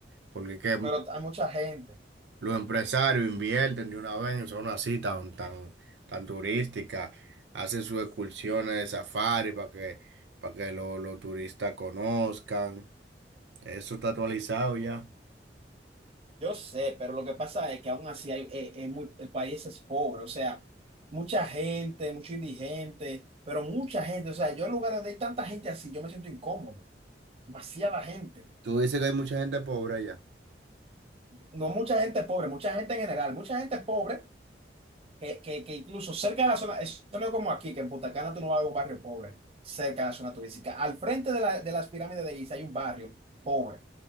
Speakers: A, on the right; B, on the right.
A: porque es que
B: pero hay mucha gente.
A: Los empresarios invierten de una vez en zonas así tan, tan, tan turísticas, hacen sus excursiones de safari para que, para que lo- los turistas conozcan. Eso está actualizado ya.
B: Yo sé, pero lo que pasa es que aún así hay- eh, eh, muy- el país es pobre, o sea, mucha gente, mucho indigente, pero mucha gente, o sea, yo en lugar donde hay tanta gente así, yo me siento incómodo, demasiada gente.
A: Tú dices que hay mucha gente pobre allá.
B: No mucha gente pobre, mucha gente en general, mucha gente pobre, que, que, que incluso cerca de la zona, eso no es como aquí, que en Punta Cana tú no vas a ver un barrio pobre, cerca de la zona turística. Al frente de, la- de las pirámides de Giza hay un barrio pobre,